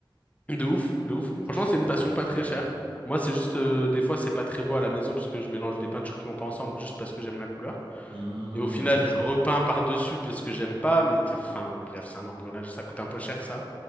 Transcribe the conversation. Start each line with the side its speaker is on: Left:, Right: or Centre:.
Left: De ouf, de
Right: Je
Left: ouf.
Right: fais,
Left: Franchement,
Right: je fais-
Left: c'est une passion
Right: je fais des
Left: pas très
Right: affaires.
Left: chère. Moi, c'est juste, euh, des fois, c'est pas très beau à la maison parce que je mélange des peintures qui vont pas ensemble juste parce que j'aime la couleur.
Right: Hmm.
Left: Et au final, je repeins par-dessus parce que j'aime pas, mais t- enfin, bref, c'est un engrenage. Ça coûte un peu cher, ça.